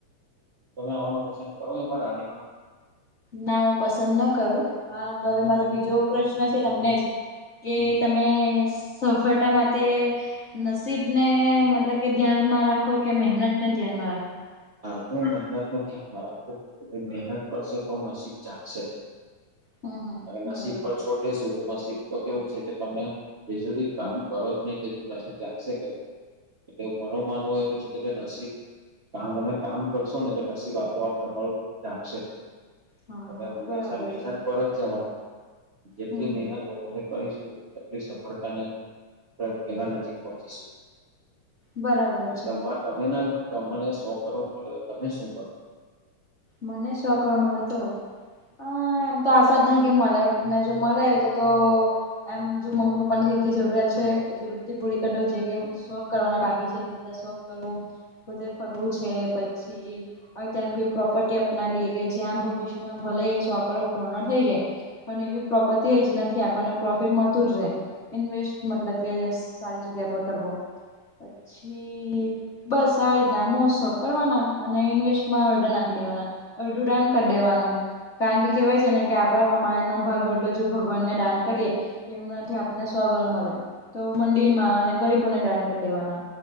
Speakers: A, on the right; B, on the left.
A: તમે આવવાનું પસંદ કરો એમાં રાનીમાં?
B: ના હું પસંદ ના કરું હા તો હવે મારો બીજો પ્રશ્ન છે તમને જ. કે
A: હમ
B: તમે સફળતા માટે નસીબ ને મતલબ કે ધ્યાનમાં રાખો કે મહેનત ને ધ્યાનમાં રાખો?
A: હા હું મહેનત ને ધ્યાનમાં રાખું કે ભ મહેનત કરશે તો નસીબ જાગશે જ.
B: હમ હમ
A: અને નસીબ
B: બરાબર
A: પર છોડ દેશું તો મસીદ તો કેવું છે કે તમે બી સુધી કામ કરો જ નહી કેધી નશીબ જાગશે કઈ એટલે મણું માનવું એવું છે કે જે નસીબ કાર તમે કામ કરશો ને તો નસીબ આપોઆપ તમારું રાખશે જ.
B: હા હા
A: હ હંમેશા
B: બરાબર
A: મહેનત
B: છે
A: પર જ જવાની જેટલી
B: હમ
A: મહેનત
B: હમ
A: વધારે કરીશું એટલી સફળતા ને વેલા નજીક પહોંચીશું.
B: બરાબર છે.
A: તમા તમે ના તમેં ને સો કરોડ મલે, તમે શું કરો?
B: મને શો કરોડ મલે તો? અહ એમ તો આશા જ નહી કે મલે. ને જો મલે તો તો એમ જો મમ્મી પપ્પા ની જેટલી જરૂરિયાત છે એટલી બધી પૂરી કરી દવ જે કે શોક કરવાના બાકી છે તે બધા શોક કરવું બધે ફરવું છે પછી હવે ત્યા કોઈ પ્રોપર્ટી અપનાવીએ કે જ્યાં ભવિષ્યમાં ભલે એ સો કરોડ પૂર્ણ થઈ જાય પણ એવી પ્રોપર્ટી હોય જેનાથી આપણને પ્રોફિટ મલતું જ રહે ઇન્વેસ્ટ મતલબ કે સારી જગ્યા પર કરવો પછી બસ આ રીતના મોશોક કરવાના અને ઇન્વેસ્ટ માં ના દેવાના. અડધું દાન કર દેવાનું. કારણ કે કહેવાય છે ને કે આપડા કમાયણનો ભાગ હતો જો ભગવાનને દાન કરીએ તો એમનાથી આપને સો ઘણું મળે તો મંડી માં અને ગરીબોને દાન કરી દેવાના.